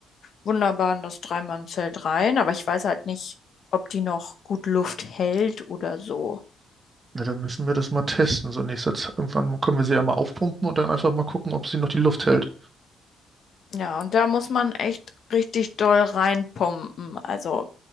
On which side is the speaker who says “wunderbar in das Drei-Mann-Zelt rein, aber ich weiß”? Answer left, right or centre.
Left